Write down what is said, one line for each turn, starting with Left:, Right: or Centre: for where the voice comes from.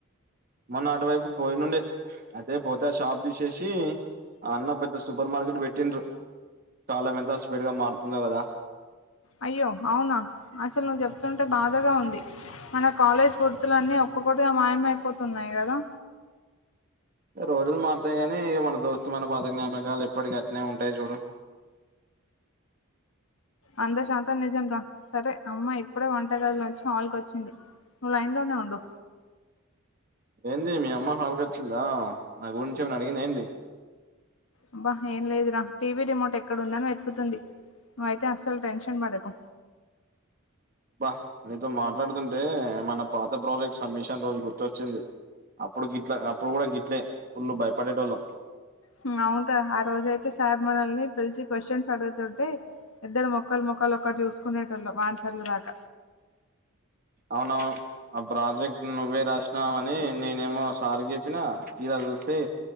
Right: మొన్న అటువైపు పోయినుండే అయితే పోతే షాప్ తీశేశీ ఆ అన్న పెద్ద సూపర్ మార్కెట్ వెట్టిండ్రు కాలం ఎంత స్పీడ్ గా మారుతుందో గదా
Left: అయ్యో అవునా అసలు నువ్ జెప్తుంటే బాధగా ఉంది మన కాలేజ్ గుర్తులన్నీ ఒక్కొక్కటిగా మాయం అయిపోతున్నాయి గదా
Right: రోజులు మారుతాయి గానీ ఇగ మన దోస్తు మన పాత జ్ఞాపకాలు ఎప్పటిక అట్నే ఉంటాయి జూడు
Left: అంద శాతం నిజం రా సరే అమ్మ ఇప్పుడే వంటగదులోంచి హళ్కొచ్చింది లైన్లోనే ఉండు
Right: ఏంది మీ అమ్మ హాల్ కొచ్చిందా నా గూంచి ఏమన అడిగిందా ఏంది
Left: అబ్బా ఏం లేదురా టీవీ రిమోట్ ఎక్కడ ఉందని వెతుకుతుంది ను అయితే అస్సల్ టెన్షన్ బడకు
Right: అబ్బా నీతో మాట్లాడుతుంటే మన పాత ప్రాజెక్ట్ సమ్మిషన్ రోజు గుర్తొచ్చింది అప్పుడు గిట్ల అప్పుడు గూడా గిట్లే ఫుల్ళు భయపడేటోళ్ళం
Left: హు అవును ఆ రోజైతే సార్ మనల్ని పిలిచి క్వశ్చన్స్ అడుగుతుట్టే ఇద్దరం ఒ ఒకల్ మోకాల్ ఒకర్ చూసుకునేటోళ్లు ఆన్సర్లు రాక
Right: అవును ఆ ప్రాజెక్ట్ నువ్వే రాసినవ్ అని నేనేమో సార్ చెప్పినా తీరా చూస్ తే